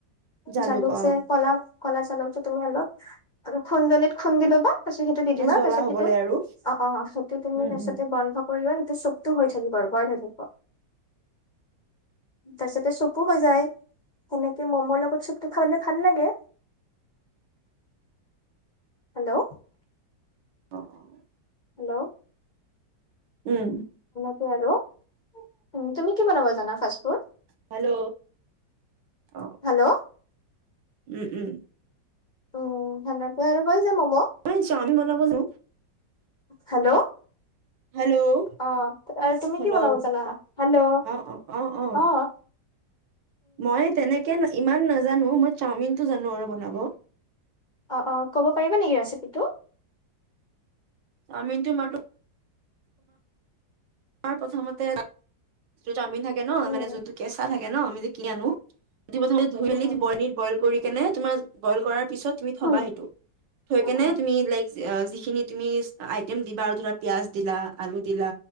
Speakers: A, on the right; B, on the left.
A: জালুক
B: জালুকযে
A: অ'
B: ক'লা ক'লা জালুকটো তুমি অলপ খুন্দনিত খুন্দি ল'বা। তাৰপিছত সেইটো দি
A: নে
B: দিবা
A: জ্বলা
B: তাৰিছত
A: হ'বলে
B: সেইটো
A: আৰু
B: অ', অ', সেইটো তুমি
A: উম
B: তাৰিছতে
A: উম
B: বন্ধ কৰিবা তাতে চুপটো হৈ থাকিব আৰু ব'ইল হৈ থাকিব, তাৰিছতে চুপ টু হৈ যায় সেনেকে ম'ম'ৰ লগত চুপটো খাবলে ভাল লাগে হেল্ল'।
A: অ'।
B: হেল্ল'।
A: উম।
B: আৰু উম, তুমি কি বনাব জানা ফাৰ্ষ
A: হেল্ল' অহ।
B: হেল্ল'
A: উম, উম।
B: উম, সেনেকো আৰু কয় যে ম'ম'
A: হয় আমি বনাব জা
B: হেল্ল'।
A: হেল্ল'
B: অহ আৰু তুমি
A: হেল্ল'
B: কি বনাব জানা? হেল্ল'
A: অ' অ' অ' অ'
B: অহ।
A: মই তেনেকে ইমান নাজানো মই চাওমিনটো জানো আৰু বনাব।
B: অ', অ', ক'ব পাৰিবা নেকি ৰেচিপিটো?
A: আমি তো মা প্ৰথমতে চাওমিন থাক কে ন'
B: উম,
A: মানে যোনটো কেঁচা থাকে ন' আমি যে কিনি আনো প্ৰথমতে ধুই
B: উম,
A: মেলি
B: উম,
A: ব'ইল ব'ইল কৰি কেনে তোমাৰ ব'ইল কৰাৰ পিছত ধুই থ'বা
B: উম,
A: সেইটো থৈ
B: অ',
A: কিনে
B: অ',
A: যিখিনি তুমি আইটেম দিবা ধৰা পিয়াজ দিলা, আলু দিলা